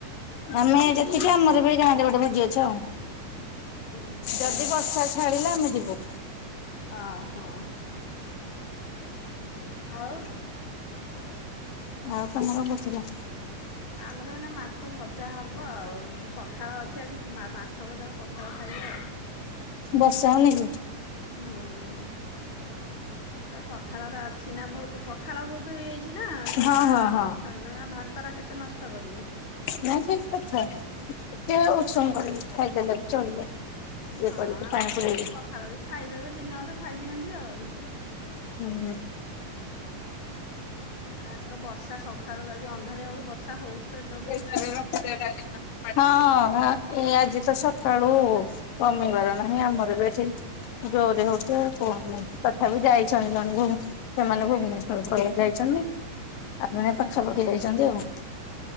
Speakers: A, on the left; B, on the left.
A: ଆମେ ଯେତିକି ଆମର ବି ଗାଁ ରେ ଗୋଟେ ଭୋଜି ଅଛି ଆଉ।
B: ଓହୋ
A: ଯଦି ବର୍ଷା ଛାଡିଲା ଆମେ ଯିବୁ।
B: ଅ ହଁ ଆଉ।
A: ଆଉ ତମେ କଣ କରୁଥିଲ?
B: ଆମର ଏ ନା ମା ଭଜା ହବ ଆଉ ପଖାଳ ଅଛି ଆଜି ମାଛ ଭଜା କୁ ପଖାଳ ଖାଇବେ ଆଉ।
A: ବର୍ଷା ହଉନି କି?
B: ହୁଁ ପଖାଳ ରା ଅଛି ନା ବହୁତ ପଖାଳ ବହୁତ ହେଇଯାଇଛି। ନା ସେରା
A: ହଁ ହଁ ହଁ
B: ନଖା ଭାତ ରା କେତେ ନଷ୍ଟ କରିବୁ।
A: ନା ଠିକ କଥା ଟିକେ ଉଷୁମ କରିକି ଖାଇଦେଲେ ବି ଚଳିବ। ଇଏ
B: ହଁ
A: କରିକି
B: ଆମର
A: ପାଣି
B: ସବୁ
A: ପୁରେଇକି।
B: ପଖାଳ ବି ଖାଇଦେବେ ଦିନେ ଅଧେ ଖାଇଦିଅନ୍ତି ଆଉ।
A: ହୁଁ।
B: ଆଜି ତ ବର୍ଷା ସକାଳୁ ଆଜି ଅନ୍ଧାରିଆ ବେଳୁ ବର୍ଷା ହଉଛିତ ଏତେ
A: <inaudible> ହଁ ଏ ଆଜି ତ ସକାଳୁ କମିବାର ନାହିଁ ଆମର ବି ଏଠି। ଜୋରେ ହଉଛି କୁହନି ତଥାପି ଯାଇଛନ୍ତି <inaudible> ସେମାନେ ଭୁବନେଶ୍ଵର ପଳେଇ ଯାଇଛନ୍ତି ଆଉ ଜଣେ ପାଖାପାଖି ଯାଇଛନ୍ତି ଆଉ।